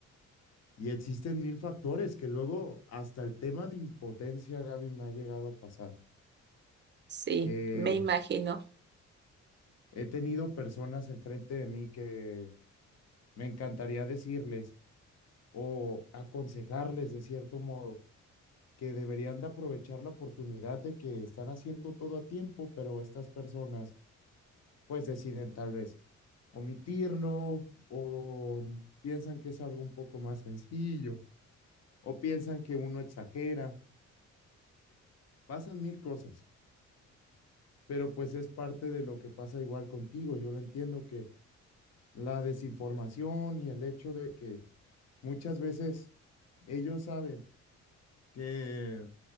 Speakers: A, on the left (about 55°); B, on the right (about 35°).
A: Y existen mil factores que luego hasta el tema de impotencia, Gaby, me ha llegado a pasar,
B: sí,
A: que
B: me imagino,
A: he tenido personas enfrente de mí que me encantaría decirles o aconsejarles de cierto modo que deberían de aprovechar la oportunidad de que están haciendo todo a tiempo, pero estas personas pues deciden tal vez omitirlo o piensan que es algo un poco más sencillo o piensan que uno exagera. Pasan mil cosas, pero pues es parte de lo que pasa igual contigo. Yo lo entiendo que la desinformación y el hecho de que muchas veces ellos saben que